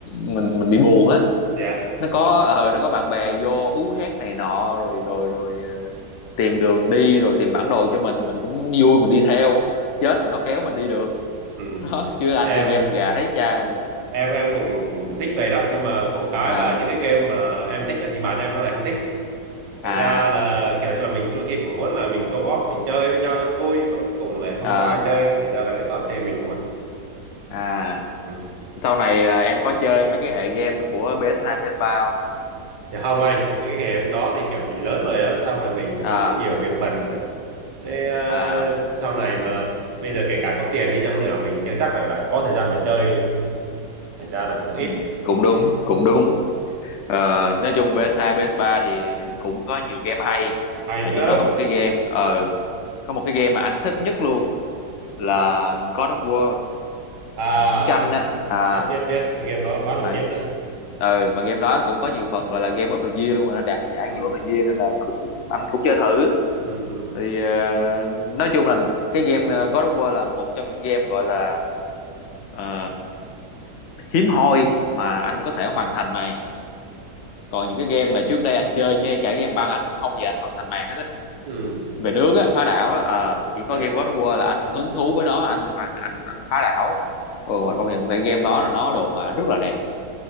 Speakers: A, on the left; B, on the right.
A: mình mình bị buồn á
B: dạ
A: nó có ờ nó có bạn bè vô hú hét này nọ rồi rồi rồi ờ, tìm đường đi rồi tìm bản đồ cho mình mình cũng vui mình đi theo chết thì nó kéo mình đi được
B: ừ.
A: <laughs> đó chứ anh
B: em
A: chơi game mà gà thấy cha được
B: em em cũng cũng cũng thích về đó nhưng mà khổ cái
A: Ờ,
B: là những cái game mà em thích á, thì bạn em nó lại không thích
A: à
B: thành ra là kiểu như là mình đôi khi cũng muốn là mình co-op mình chơi với nhau cho nó vui mà cuối cùng lại không
A: à
B: có ai chơi thành ra là cái toàn chơi mình không à
A: à
B: ừ.
A: sau này là em có chơi mấy cái hệ game của PS2 ps ba không
B: thì không anh mấy cái game đó thì kiểu mình lớn rồi á sau này mình cũng
A: à
B: nhiều việc bận nữa Thế, ờ,
A: à
B: sau này mà bây giờ kể cả có tiền đi chăng nữa mình chưa chắc là đã có thời gian mà chơi thành ra là cũng ít
A: ừ, cũng
B: ừ.
A: đúng cũng đúng Ờ, nói chung PS2 ps ba thì cũng có nhiều game hay
B: hay
A: và
B: chứ
A: trong đó có một cái game ờ có một cái game mà anh thích nhất luôn là
B: ừ.
A: God of War
B: à
A: thần chiến tranh á à
B: biết biết biết cái game đó quá
A: mà
B: nổi tiếng rồi
A: ừ mà game đó cũng có nhiều phần gọi là game of the year luôn rồi nó đạt cái giải
B: ừ.
A: game of the year nên là cũng anh cũng chơi thử
B: Ừ, ừ,
A: thì ờ, nói chung là cái game ờ, God of War là một trong những game gọi là ờ, hiếm hoi mà anh có thể hoàn thành màn còn những cái game mà trước đây anh chơi ngay cả game băng anh cũng không bao giờ anh hoàn thành màn hết á
B: ừm,
A: về nước á phá đảo á ờ, chỉ có
B: yeah,
A: game God of War là anh hứng thú với nó anh hoàn anh anh phá đảo ừ,
B: ừ,
A: mà công nhận về game đó là nó đồ họa rất là đẹp